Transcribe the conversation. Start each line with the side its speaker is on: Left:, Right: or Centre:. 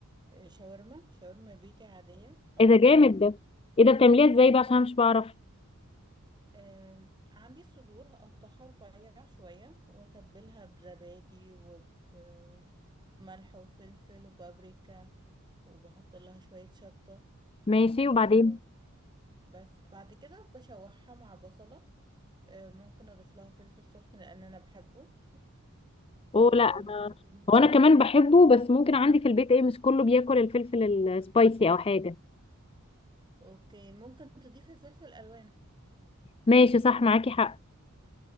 Right: شاورما شاورما بيتي عاديه هقطع
Left: ايه ده جامد
Right: ال-
Left: ده ايه ده بتعمليها ازاي بقى عشان أنا مش بعرف
Right: آم، عندي صدور هقطعها رفيع شويه واتبلها بزبادي وبملح وفلفل وبابريكا وبحط لها شويه شطه
Left: ماشي وبعدين
Right: آم، بس بعد كده بشوحها مع بصله آم، ممكن اضيف لها فلفل سخن لان انا بحبه وممكن
Left: اوه لا أنا
Right: تضيفي
Left: هو أنا كمان بحبه بس ممكن عندي في البيت ايه مش كله بياكل الفلفل السبايسي أو حاجة
Right: اوكي ممكن تضيفي فلفل الوان
Left: ماشي صح معاكي حق